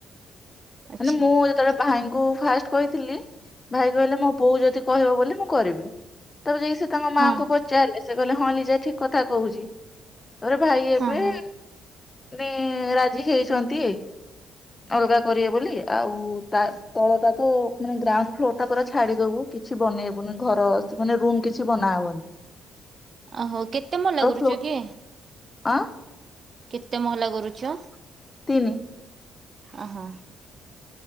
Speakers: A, on the right; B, on the left.
A: ଆଚ୍ଛା
B: ମାନେ ମୁଁ ଯେତେବେଳେ ଭାଇଙ୍କୁ ଫାଷ୍ଟ କହିଥିଲି ଭାଇ କହିଲେ ମୋ ବୋଉ ଯଦି କହିବ ବୋଲି ମୁଁ କରିବି ତାପରେ ଯାଇ ସେ ତାଙ୍କ
A: ହଁ
B: ମାଆଙ୍କୁ ପଚ ଚାଲେ ସେ କହେ ହଁ ଲିଜା ଠିକ କଥା କହୁଛି। ତା ପରେ ଭାଇ ଏବେ
A: ହଁ ହଁ
B: ରେ ରାଜି ହେଇଛନ୍ତି। ଅଲଗା କରିବେ ବୋଲି ଆଉ ତା ତଳ ଟା ତ ମାନେ ଗ୍ରାଉଣ୍ଡ ଫ୍ଲୋର ଟା ପୁରା ଛାଡି ଦବୁ। କିଛି ବନେଇବୁନି ଘର ମାନେ ରୁମ କିଛି ବନା ହବନି।
A: ଓହୋ କେତେ ମହଲା କରୁଛ
B: ଫ୍ଲୋ
A: କି?
B: ଆଁ
A: କେତେ ମହଲା କରୁଛ?
B: ତିନି।
A: ଆ ହ।